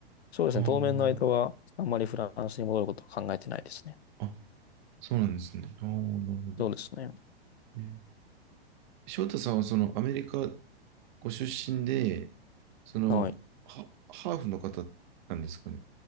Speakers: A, on the left; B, on the right.
A: そうですね。
B: あー
A: 当面の間は、あんまりフランスに戻ることは考えてないですね。
B: あ、そうなんですね。ああ、なるほど。
A: そうですね。
B: えー翔太さんはそのアメリカご出身で、その、
A: はい。
B: ハハーフの方なんですかね。